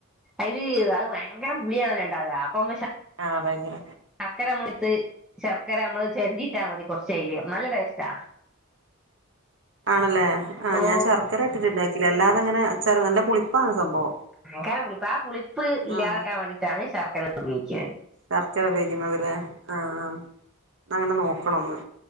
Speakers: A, in the centre; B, on the right (about 60°).
A: അയ്ല് അഹ് ഭയങ്കര പുളിയാണല്ലൊണ്ടാകാ അപ്പൊമ്മ ശ
B: ആഹ് ഭയങ്കര
A: അക്കരമ്മത്ത്, ശർക്കരമ്മള് ചെരന്റിട്ടാ മതി കുറച്ചയ്ല് നല്ല ടേസ്റ്റാ.
B: <inaudible> ആണല്ലേ ആഹ്
A: ഓ
B: ഞാൻ ശർക്കരട്ടിട്ട് ഇണ്ടാക്കില്ല. അല്ലാതെങ്ങനെ, അച്ചാറ് നല്ല പുളിപ്പാണ് സംഭവം.
A: ഭയങ്കര പുളിപ്പാ, ആ പുളിപ്പ് ഇല്ലാതാക്കാൻ
B: ആഹ്
A: വേണ്ടിയിട്ടാണ് ശർക്കരട്ട്പയോഗിക്കുന്നത്.
B: ശർക്കര ഉപയോഗിക്കുന്നതില്ലേ, ആഹ് ആഹ് ന്നാ അങ്ങനെ നോക്കണം ന്ന്